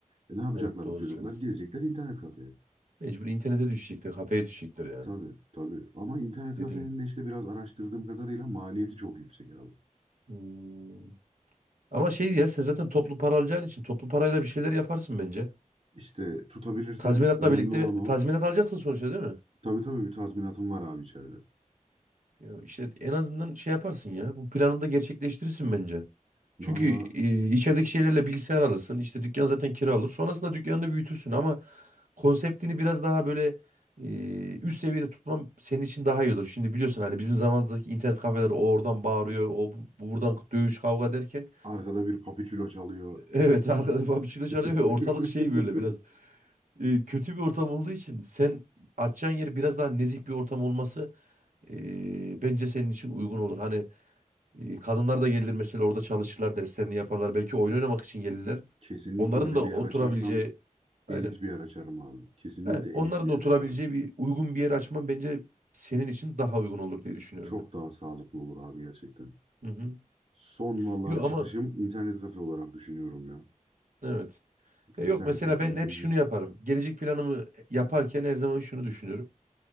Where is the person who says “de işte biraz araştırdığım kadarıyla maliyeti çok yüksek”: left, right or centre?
Right